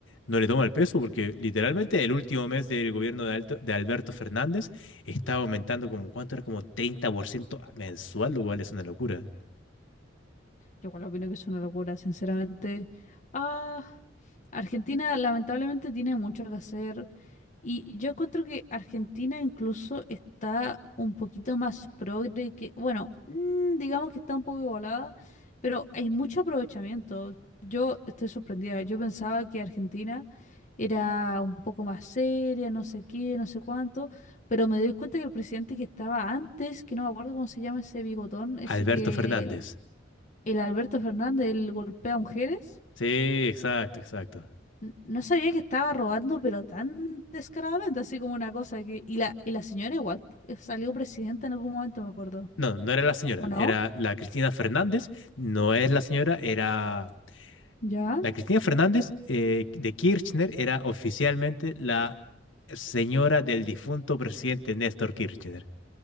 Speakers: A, on the left (about 80°); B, on the left (about 40°).
A: no le toma el peso porque literalmente el último mes del gobierno de, Alto- de Alberto Fernández estaba aumentando como, ¿cuánto era? Como treinta por ciento mensual, lo cual es una locura.
B: Yo igual opino que es una locura, sinceramente. Ah, Argentina lamentablemente tiene mucho que hacer y yo encuentro que Argentina incluso está un poquito más progre que, bueno, mm, digamos que está un poco igualada, pero hay mucho aprovechamiento. Yo estoy sorprendida. Yo pensaba que Argentina era un poco más seria, no sé qué, no sé cuánto, pero me doy cuenta que el presidente que estaba antes, que no me acuerdo cómo se llama ese bigotón, ese
A: Alberto
B: que
A: Fernández.
B: el Alberto Fernández, el golpea mujeres.
A: Sí, exacto, exacto.
B: n- No sabía que estaba robando, pero tan descaradamente, así como una cosa que... Y la, y la señora igual eh, salió presidenta en algún momento, me acuerdo.
A: No, no era la señora,
B: ¿O no?
A: era la Cristina Fernández, no es la señora, era...
B: ¿Ya?
A: La Cristina Fernández eh, de Kirchner era oficialmente la señora del difunto presidente Néstor Kirchner.